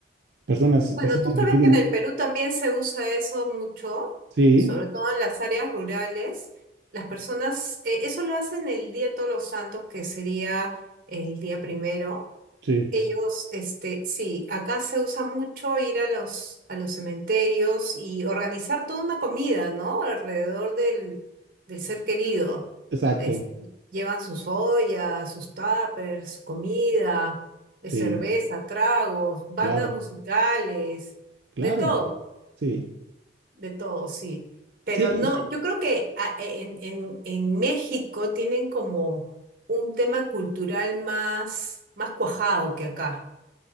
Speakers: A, on the right (about 75°); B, on the right (about 50°).
A: personas,
B: Bueno,
A: personas
B: tú sabes
A: le piden,
B: que en el Perú también se usa eso mucho,
A: sí,
B: sobre todo en las áreas rurales. Las personas, eh, eso lo hacen el Día de Todos los Santos, que sería el día primero.
A: sí,
B: Ellos, este, sí, acá se usa mucho ir a los, a los cementerios y organizar toda una comida, ¿no? Alrededor del, del ser querido.
A: exacto,
B: Este, llevan sus ollas, sus tuppers, comida, eh,
A: sí,
B: cerveza, tragos, bandas
A: claro,
B: musicales,
A: claro,
B: de todo,
A: sí,
B: de todo, sí. Pero
A: sí,
B: no, yo creo que ah, en, en, en México tienen como un tema cultural más, más cuajado que acá.